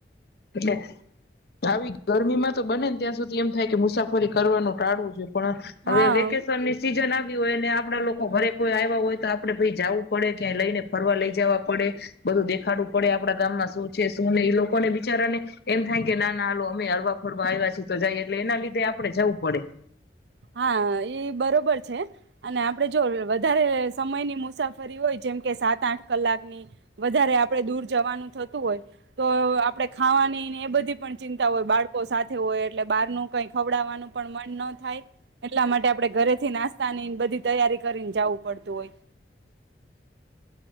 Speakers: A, on the left; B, on the right.
A: એટલે, આવી ગરમીમાં તો બનેને ત્યાં સુધી એમ થાય કે મુસાફરી કરવાનું ટાળવો જોઈએ. પણ, હવે
B: હા
A: વેકેશનની સીઝન આવી હોય ને આપડા લોકો ઘરે કોઈ આવ્યા હોય તો આપડે ભાઈ જવું પડે ક્યાંય લઈને ફરવા લઈ જવા પડે, બધું દેખાડવું પડે આપડા ગામમાં શું છે શું ને ઈ લોકો ને બી બીચારા ને, એમ થાય કે ના નાલ અમે હરવા ફોરવા આવ્યા છી તો જાયએ એટલે એના લીધે આપડે જવું પડે.
B: હા એ બરોબર છે, અને આપડે જો વધારે સમયની મુસાફરી હોય જેમ કે સાત આઠ કલાકની, વધારે આપણેે દૂર જવાનું થતું હોય, તો આપણેે ખાવાનીને એ બધી પણ ચિંતા હોય બાળકો સાથે હોય એટલે બારનું કઈ ખવડાવવાનું પણ મન ન થાય, એટલા માટે આપણે ઘરેથી નાસ્તાની બધી તૈયારી કરીને જાવુ પડતું હોય.